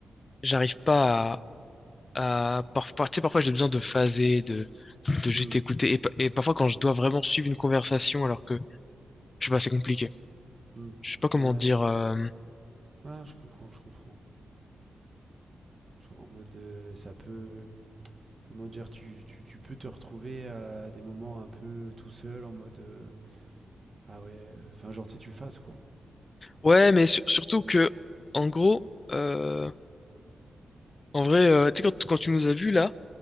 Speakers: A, on the left (about 40°); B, on the right (about 40°).
A: j'arrive pas à à- par- par- tu sais, parfois j'ai besoin de phaser, de juste
B: Hmm,
A: écouter. Et, pa- et parfois, quand je dois vraiment suivre une conversation, alors que, je sais pas, c'est compliqué.
B: hmm.
A: Je sais pas comment
B: Ouais.
A: dire. euh,
B: Ah, je comprends, je comprends. Genre en mode, euh, ça peut, comment dire, tu, tu, tu peux te retrouver à des moments un peu tout seul en mode euh, ah ouais, enfin genre tu sais, tu fasses quoi.
A: Ouais, mais sur- surtout que, en gros, euh, en vrai, euh, tu sais, quand, quand tu nous as vus là,